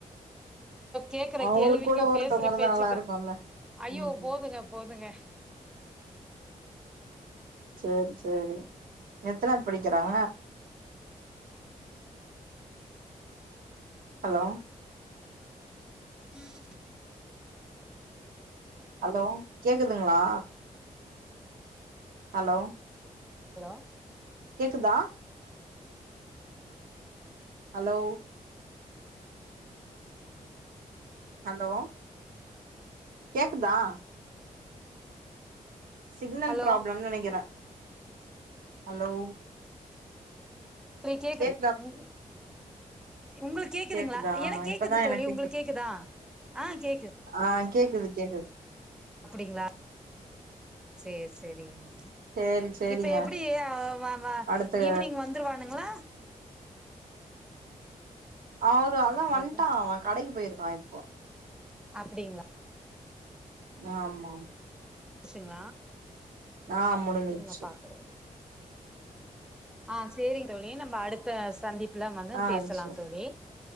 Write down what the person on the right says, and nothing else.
அவங்களுகு
கூட ஒருதங்கருந்தா
நலா இருகுல
உ
செரி செரி எத்தனாது படிகிறாங்க ஹலோ
ஹலோ கேக்குதுங்களா ஹலோ
கேக்குதா ஹலோ ஹலோ கேக்குதா சிக்னல்
ப்ராப்ளம்னு நனைக்கிறே ஹலோ
கேக்குதா
கேக்குதா
இப்பதா
எனக்கு
கேக்குது
ஆ கேக்குது கேக்குது
சேரி சேரிங்க
அடுத்து
அவரு அதா வன்ட்டா
அவ கடைக்கு போயிருக்கா இப்போ
ஆமா
நா முடிஞ்சிச்சி
ஆ
சரி